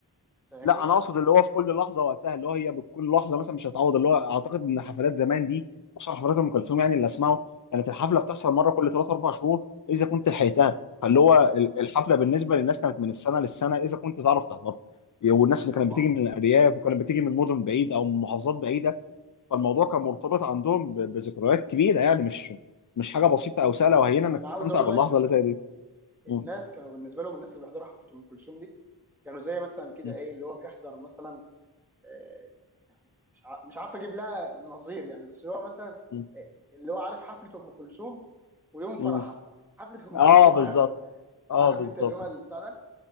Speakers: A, in the centre; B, on the left.
A: فاهمني
B: لا انا اقصد اللي هو في كل لحظة وقتها اللي هو هي بكل لحظة مثلا مش هتعوض اللي هو اعتقد ان حفلات زمان دي خصوصا حفلات ام كلثوم يعني اللي اسمعه كانت الحفلة بتحصل مرة كل 3 4 شهور اذا كنت لحقتها فاللي هو ال- الحفلة بالنسبة للناس كانت من السنة للسنة اذا كنت تعرف تحضرها والناس اللي
A: هو
B: كانت بتيجي من الارياف وكانت بتيجي من مدن بعيد او من محافظات بعيدة فالموضوع كان مرتبط عندهم ب- بذكريات كبيره يعني مش مش حاجه بسيطه او سهله وهينه
A: انا
B: انك تستمتع
A: عاوز اقول
B: باللحظه
A: لك
B: اللي زي دي
A: الناس
B: مم.
A: كانوا بالنسبه لهم الناس اللي بيحضروا حفله ام كلثوم دي كانوا زي مثلا كده
B: مم.
A: ايه اللي هو بيحضر مثلا آه، يعني مش ع- مش عارف اجيب لها نظير يعني بس هو مثلا
B: مم.
A: آه، اللي هو عارف حفله ام كلثوم ويوم فرحك
B: مم.
A: حفله ام
B: اه
A: كلثوم
B: بالظبط
A: اهم
B: اه
A: عارف
B: بالظبط
A: انت اللي هو البتاع ده